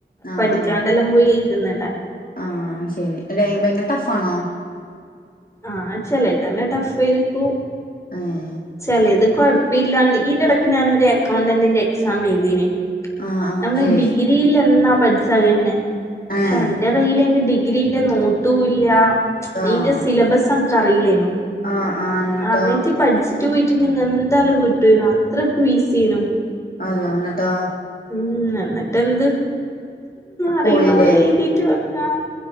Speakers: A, on the left; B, on the left.
A: ആഹ്
B: പഠിക്കാണ്ടെല്ലാം
A: ആഹ്
B: പോയി എയ്ത്‌ന്നല്ലേ
A: ആഹ് അയ്ശരി ഭയ് ഭയങ്കര ടഫാണോ
B: ആഹ് ചെലത് നല്ലേ ടഫായിരിക്കും
A: ആഹ്
B: ചേലെത് കൊഴപ്പില്ലാന്ന് ഈന്റെ ഇടക്ക് ഞാനൊരു അക്കൗണ്ടന്റിന്റെ എക്സാം എഴുതീന്
A: ആഹ് ആഹ്
B: നമ്മള്
A: ശരി
B: ഡിഗ്രിയിൽ എന്നാ പഠിച്ചേ അത് തന്നെ
A: ഏഹ്
B: <unintelligible> എന്റെ കയ്യിലെങ്കി ഡിഗ്രീന്റെ നോട്ടും ഇല്ല
A: ആഹ്
B: ഈന്റെ സിലബസ് എൻക്ക് അറിയില്ലേനു
A: ആഹ് ആഹ് എന്നിട്ടോ
B: അറിഞ്ഞിട്ട് പഠിച്ചിട്ട് പോയിട്ടുണ്ടെങ്കി എന്താലും കിട്ടേനു അത്രക്കും ഈസി ആയിനു
A: അതാ എന്നിട്ടോ
B: ഉം എന്നിട്ടെന്ത് അറിയുന്ന
A: പോയില്ലേ
B: പോലെ എഴുതീറ്റ് വന്ന